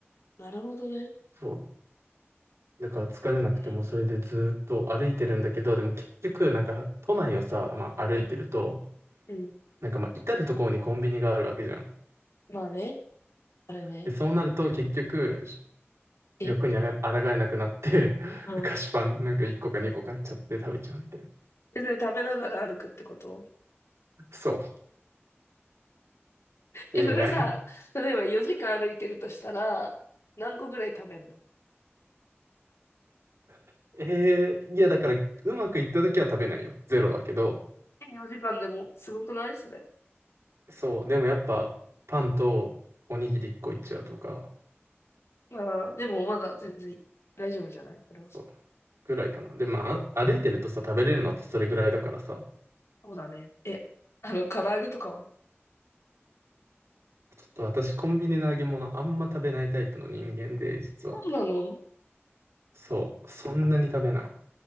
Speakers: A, on the left (about 80°); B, on the right (about 85°).
A: なるほどね。
B: そう。だから疲れなくてもそれでずーっと歩いてるんだけど、
A: えー
B: でも結局なんか都内をさ、まあ歩いてると、
A: うん。
B: なんかまあ至る所にコンビニがあるわけじゃん。
A: まあね。あれね。
B: で、そうなると結局し
A: え、
B: 欲にあら抗えなくなって <laughs>
A: うん。
B: 菓子パンなんか1個か2個買っちゃって食べちゃうみたいな。
A: え、で、食べながら歩くってこと
B: そう。意味ない。
A: え、それさ、例えば4時間歩いてるとしたら、何個ぐらい食べんの
B: <laughs> えー、いやだからうまくいった時は食べないよ。ゼロだけど、
A: え、4時間でも、すごくないそれ。
B: そう、でもやっぱパンとおにぎり1個いっちゃうとか、
A: まあ、でもまだ全然大丈夫じゃないそれは。そ
B: そうぐらいかな。で、まあ、あ歩いてるとさ、食べれるのってそれぐらいだからさ、
A: うだね。え、あの、唐揚げとかは
B: ちょっと私コンビニの揚げ物あんま食べないタイプの人間で、実は。
A: そうなの好
B: そう、そんなに食べない。